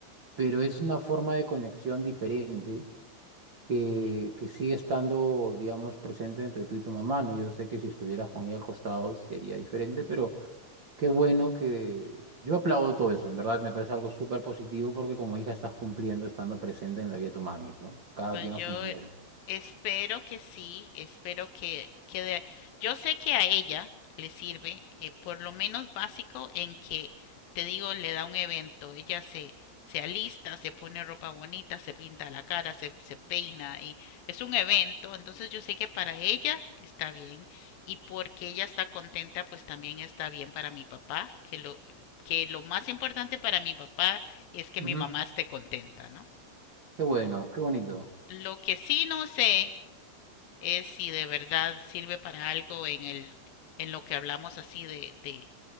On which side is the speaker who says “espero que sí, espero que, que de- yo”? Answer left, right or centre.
Left